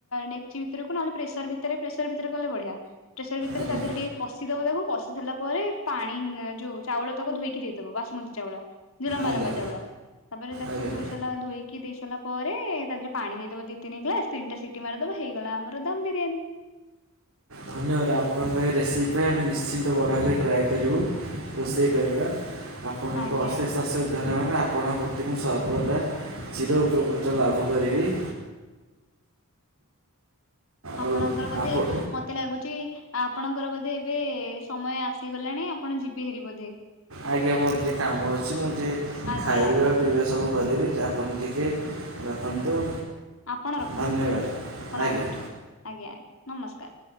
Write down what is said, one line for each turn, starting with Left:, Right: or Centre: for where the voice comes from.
Left: ଡେକ୍ ଛି ଭିତରକୁ ନହେଲେ ପ୍ରେସର ଭିତରେ ପ୍ରେସର ଭିତରେ କଲେ ବଢିଆ ପ୍ରେସର ଭିତରେ
Right: ଆଜ୍ଞା
Left: ତା ଦେହରେ ଟିକେ କସିଦବ ତାକୁ କଶୀ ସାରିଲା ପରେ ପାଣି ଯୋଉ ଚାଉଳ ତାକୁ ଧୋଇକି ଦେଇଦବା ବାସୁମତୀ ଚାଉଳ, ଲମ୍ବା
Right: ଆଜ୍ଞା
Left: ଲମ୍ବା ଚାଉଳ। ତାପରେ ତା
Right: ଆଜ୍ଞା
Left: କୁ ଧୋଇ ସାରିଲା ଧୋଇ କି ଦେଇ ସାରିଲା ପରେ ତା ଦେହେରେ ପାଣି ଦେଇ ଦବ ଦି ତିନି ଗ୍ଲାସ୍ ତିନଟା ସିଟି ମାରଦବ ହେଇଗଲା ଆମର ଦମ ବିରିୟାନୀ
Right: ଧନ୍ୟବାଦ। ଆପଣଙ୍କର ଏ ରେସିପ୍ ପାଇଁ ଆମେ ନିଶ୍ଚିନ୍ତ ବଡ଼ ହେଲେ ଟ୍ରାଏ କରିବୁ। ରୋଷେଇ କରିବା। ଆପଣଙ୍କୁ
Left: ଆଜ୍ଞା
Right: ଅଶେଷ
Left: ଆଜ୍ଞା
Right: ଅଶେଷ ଧନ୍ୟବାଦ୍। ଆ ଆପଣ ପ୍ରତି ମୁଁ ସର୍ବଦା ଚିରୋ ଉପକୃତ ଲାଭ କରିବି।
Left: ଆପଣଙ୍କର
Right: ଆଉ
Left: ବୋଧେ
Right: ଆପଣ
Left: ମତେ ଲାଗୁଚି ଆପଣଙ୍କର ବୋଧେ ଏବେ ସମୟ ଆସିଗଲାଣି, ଆପଣ ଯିବେ ହେରି ବୋଧେ
Right: ଆଜ୍ଞା ମୋର ଟିକେ କାମ ଅଛି ମୁଁ ଟିକେ
Left: ଆଜ୍ଞା
Right: ଖାଇବା
Left: ଆଜ୍ଞା
Right: ପିଇବା ସବୁ କରିବି ଆପଣ ଟିକେ ରଖନ୍ତୁ।
Left: ଆପଣ ରଖନ୍ତୁ,
Right: ଧନ୍ୟବାଦ
Left: ଆପଣ
Right: ଆଜ୍ଞା
Left: କରିଛନ୍ତି, ଆଜ୍ଞା ଆଜ୍ଞା ନମସ୍କାର